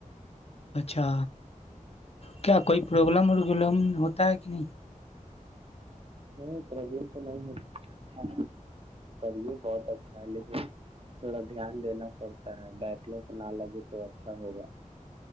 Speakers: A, on the left; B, on the right.
A: اچھا کیا کوئی پرابلم اولم ہوتا ہے کیا
B: نہیں پرابلم تو نہیں ہو اچھا کرے بہت اچھا ہے لیکن تھوڑا دھیان دینا پڑتا ہے بیڈ لک نہ لگے تو اچھا ہوگا